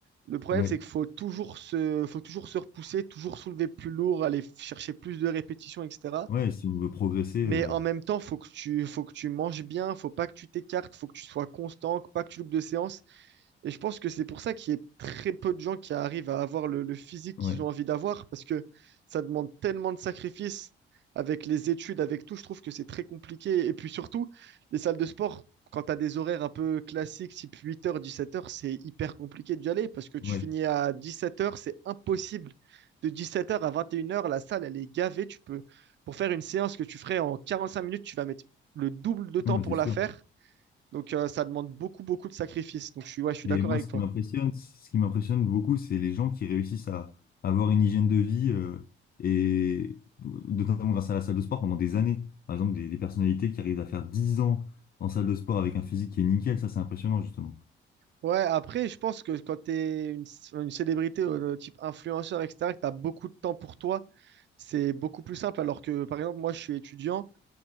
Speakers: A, on the right; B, on the left.
A: Le problème,
B: ouais,
A: c'est qu'il faut toujours se, faut toujours se repousser, toujours soulever plus lourd, aller f- chercher plus de répétitions, etc.
B: ouais, si on veut progresser,
A: Mais
B: euh,
A: en même temps, faut que tu, faut que tu manges bien, faut pas que tu t'écartes, faut que tu sois constant, pas que tu loupes de séances. Et je pense que c'est pour ça qu'il y a très peu de gens qui arrivent à avoir le, le physique qu'ils
B: ouais,
A: ont envie d'avoir, parce que ça demande tellement de sacrifices avec les études, avec tout. Je trouve que c'est très compliqué. Et puis surtout, les salles de sport, quand tu as des horaires un peu classiques, type 8h, 17 heures, c'est hyper compliqué d'y aller, parce que tu
B: ouais.
A: finis à 17 heures, c'est impossible. De 17 heures à 21 heures, la salle, elle est gavée. Tu peux, pour faire une séance que tu ferais en 45 minutes, tu vas mettre le double de temps
B: Non, mais
A: pour
B: c'est sûr.
A: la faire donc, euh, ça demande beaucoup, beaucoup de sacrifices. Donc, je suis, ouais, je suis
B: Et
A: d'accord
B: moi,
A: avec
B: ce
A: toi.
B: qui m'impressionne, ce qui m'impressionne beaucoup, c'est les gens qui réussissent à avoir une hygiène de vie euh, et notamment grâce à la salle de sport pendant des années. Par exemple, des, des personnalités qui arrivent à faire 10 ans en salle de sport avec un physique qui est nickel, ça c'est impressionnant justement.
A: Ouais, après, je pense que quand tu es une, une célébrité euh, type influenceur, etc., que tu as beaucoup de temps pour toi, c'est beaucoup plus simple. Alors que, par exemple, moi, je suis étudiant.